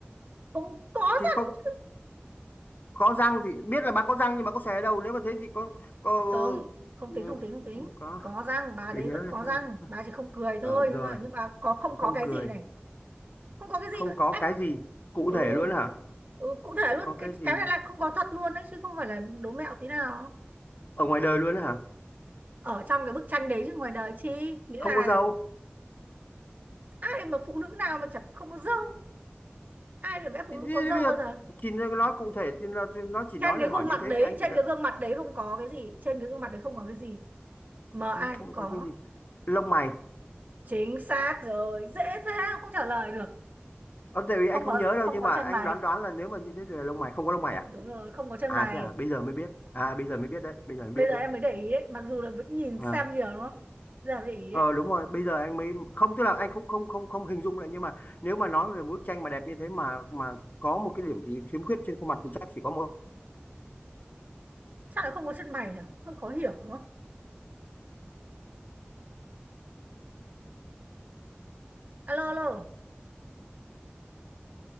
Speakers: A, on the right; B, on the left.
A: không có
B: Thì
A: răng
B: không có răng gì. Biết là bà có răng nhưng mà có xòe đâu. Nếu mà thế thì có, có...
A: không không
B: ừ,
A: tính không tính không tính
B: Không có.
A: có răng bà
B: Để
A: đấy
B: nhớ
A: vẫn
B: là
A: có
B: xem.
A: răng bà chỉ không cười thôi
B: Ờ, rồi.
A: nhưng mà nhưng bà có không có
B: Không
A: cái
B: cười.
A: gì này không có cái gì
B: Không có
A: anh
B: cái gì. Cụ
A: ừ
B: thể luôn hả?
A: ừ cụ thể
B: Không
A: luôn
B: có
A: cái
B: cái gì
A: cái này là không có thật luôn đấy chứ không phải là đố mẹo tí nào
B: ở ngoài đời luôn đó hả
A: ở trong cái bức tranh đấy chứ ngoài đời chi nghĩa
B: không
A: là
B: có dâu
A: ai mà phụ nữ nào mà chẳng không có râu ai được vẽ phụ
B: thì,
A: nữ
B: thì,
A: có râu
B: thì bây
A: bao
B: giờ
A: giờ
B: chị nói nói cụ thể thì nó, thì nó chỉ
A: trên
B: nói
A: cái
B: là
A: khuôn
B: hỏi như
A: mặt
B: thế
A: đấy
B: thì anh
A: trên
B: chỉ đã
A: cái gương mặt đấy không có cái gì trên cái gương mặt đấy không có cái gì mà ai
B: "Ừ, không
A: cũng có
B: có cái gì lông mày
A: chính xác rồi dễ thế mà không trả lời được
B: ở tại vì
A: không
B: anh không
A: có
B: nhớ
A: không
B: đâu nhưng
A: có
B: mà
A: chân
B: anh
A: mày
B: đoán đoán là nếu mà như thế thì là lông mày không có lông mày à
A: đúng rồi không có chân
B: à
A: mày
B: thế à bây giờ mới biết à bây giờ mới biết đấy bây giờ mới
A: bây
B: biết
A: giờ
B: đấy
A: em mới để ý đấy mặc dù là vẫn nhìn
B: à
A: xem nhiều đúng không giờ mới để ý
B: ờ
A: đấy
B: đúng rồi bây giờ anh mới không tức là anh cũng không không không hình dung lại nhưng mà nếu mà nói về bức tranh mà đẹp như thế mà mà có một cái điểm gì khiếm khuyết trên khuôn mặt thì chắc chỉ có một
A: sao lại không có chân mày nhỉ hơi khó hiểu đúng không alo alo